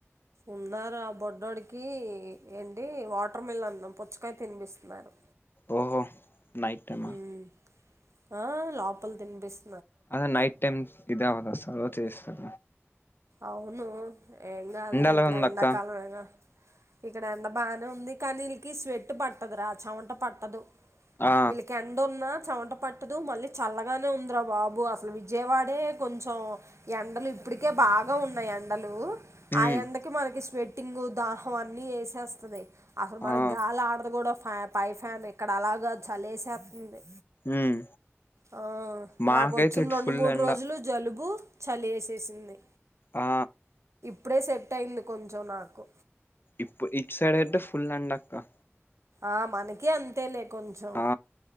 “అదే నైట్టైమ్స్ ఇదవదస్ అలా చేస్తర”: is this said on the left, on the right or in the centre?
Left